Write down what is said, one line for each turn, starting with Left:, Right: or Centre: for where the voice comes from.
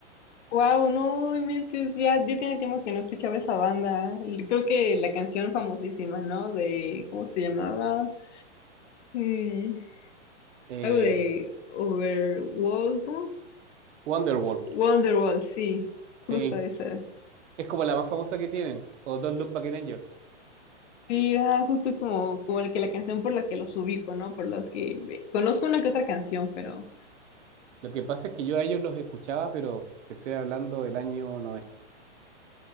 Left: wow, no, inventes, ya, ya tiene tiempo que no escuchaba esa banda. L- Creo que la canción famosísima, ¿no? De, ¿cómo se llamaba? Mm,
Right: Eh,
Left: algo de Overworld,
Right: Wonderwall,
Left: Wonderwall, sí,
Right: sí,
Left: justo esa.
Right: es como la más famosa que tienen, o Don't Look Back in Anger.
Left: Sí, ah, justo como, como la que la canción por la que los ubico, ¿no? Por lo que eh, conozco una que otra canción, pero.
Right: Lo que pasa es que yo a ellos los escuchaba, pero te estoy hablando del año